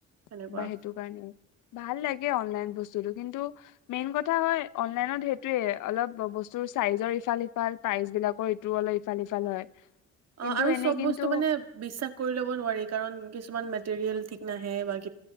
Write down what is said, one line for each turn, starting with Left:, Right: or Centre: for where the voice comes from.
Right: সেনেকুৱা
Left: কিবা সেইটো কাৰণে ভাল লাগে অনলাইন বস্তুতটো কিন্তু মেইন কথা হয় অনলাইনত সেইটোয়ে অলপ বস্তুৰ চাইজৰ ইফাল সফাল ইফাল প্ৰাইচ বিলাকৰ এইটোও অলপ ইফাল স ইফাল হয় কিন্তু
Right: অ আৰু
Left: এনে
Right: চব
Left: কিন্তু
Right: বস্তু মানে বিশ্বাস কৰি লব নোৱাৰি কাৰণ কিছুমান মটেৰিয়েল ঠিক নাহে বাকী